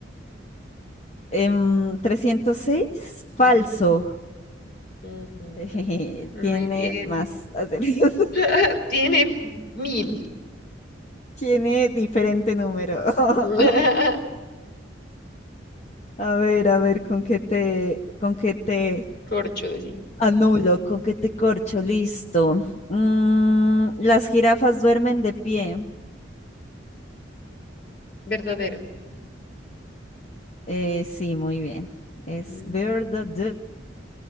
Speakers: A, on the left; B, on the left.
A: Em, trescientos seis, falso.
B: Ujú, ujú.
A: <laughs>
B: Muy
A: Tiene
B: bien.
A: más. acertijos.
B: <laughs> Tiene mil.
A: Tiene diferente número. <laughs>
B: <laughs>
A: A ver, a ver, con qué te, con qué te
B: Corcho de sí.
A: anulo, con qué te corcho, listo. Mm, las jirafas duermen de pie.
B: Verdadero.
A: Eh, sí, muy bien. Es
B: Mm.
A: verdadero.